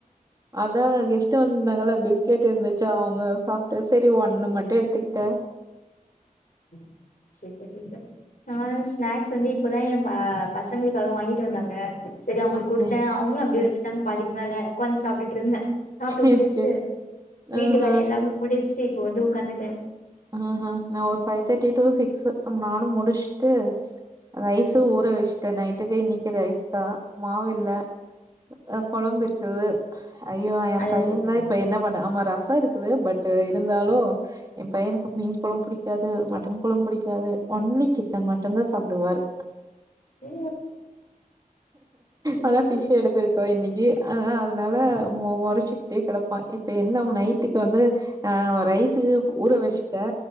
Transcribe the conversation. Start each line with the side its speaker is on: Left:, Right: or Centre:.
Right: அதான் கெஸ்ட் வந்திருந்தாங்கள பிஸ்கெட் இருந்துச்சா அவங்க சாப்பிட்ட சரி ஒ ஒண்ணு மட்டும் எடுத்துக்கிட்டேன்
Left: உம் சேரி சேரி சேரிங் சிஸ்டர் நா ஸ்நாக்ஸ் வந்து இப்பதான் என் ப பசங்களுக்காகவும் வாங்கிட்டு வந்தாங்க சேரி அவங்களுக்கு
Right: ஓகே
Left: கொடுத்தேன் அவங்களும் அப்படியே வச்சு டங்க பாதிக்குமேல உகாந் சாப்பிட்டு இருந்தன் சாப்ட்டு
Right: சேரி
Left: முடிச்சுட்டு
Right: சேரி
Left: வீட்டு
Right: ஆஹ
Left: வேலையெல்லாம் மு முடிச்சட்டு இப்போ வந்து உட்காந்துட்டேன்
Right: ஆஹ்ஹ் நா ஒரு ஃபைவ் தேர்ட்டி டு சிக்ஸ் நானும் முடிச்சுட்டு ரைஸ ஊற வச்சுட்டேன் நைட்டுக்கு இன்னைக்கு ரைஸ் தான் மாவில்ல அ குழம்பு இருக்குது ஐயோ என்
Left: அத
Right: பையன்கு
Left: வச்சு சாப்டலா
Right: வேற இப்ப என்ன பண்ண ஆமா ரஸ் ப்ப இருக்குது பட் இருந்தாலும் என் பையனுக் மீன் குளம் பிடிக்காது மட்டன் குளம் பிடிக்காது ஒன்லி சிக்கன் மட்டன் தான் சாப்பிடுவாரு
Left: ஓ அப்படி.
Right: அதான் ஃபிஷ் எடுத்திருக்கு இன்னைக்கு அ அ அதனால மு மு முறைச்சிக்கிட்டே கிடப்பான் இப்ப என்ன நைட்டுக்கு வந்து ஆஹ் ரைஸுக்கு ஊற வச்சு தா